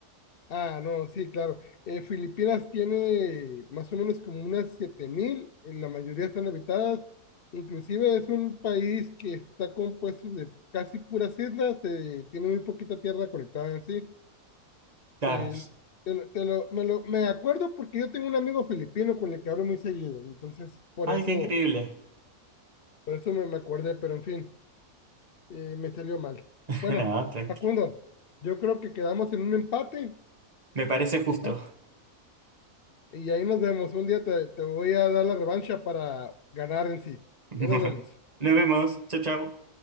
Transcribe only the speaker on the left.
Ah, no, sí, claro. Eh, Filipinas tiene más o menos como unas 7.000. eh, la mayoría están habitadas. Inclusive es un país que está compuesto de casi puras islas, eh, tiene muy poquita tierra conectada en sí.
El- te lo- te lo- me, lo- me acuerdo porque yo tengo un amigo filipino con el que hablo muy seguido, entonces por
eso,
por eso me, me acordé, pero en fin, eh, me salió mal.
Bueno,
Facundo, yo creo que quedamos en un empate,
¿verdad? Y ahí nos vemos. Un día te, te voy a dar la revancha para ganar en sí.
Ahí nos vemos.